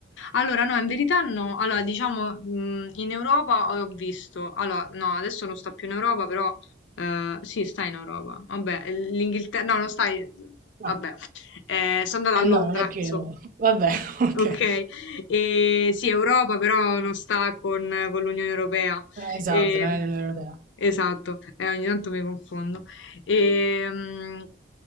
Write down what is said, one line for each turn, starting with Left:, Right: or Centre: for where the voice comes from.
Left: Allora, no, in verità no. Allora, diciamo, mh, in Europa ho visto. Allora, no, adesso non sta più in Europa, però eh, sì, sta in Europa. Vabbè, l'Inghilterra. No, non stai. Vabbè.
Right: Ah,
Left: Eh, sono andata
Right: eh
Left: a
Right: no,
Left: Londra,
Right: non è più
Left: insomma.
Right: in Europa. <laughs> Vabbè, <laughs> ok.
Left: Ok,
Right: Eh,
Left: e sì, Europa però non sta con, con l'Unione Europea.
Right: Esatto,
Left: E-
Right: non è l'Unione Europea.
Left: esatto, eh, ogni tanto mi confondo. E, mm,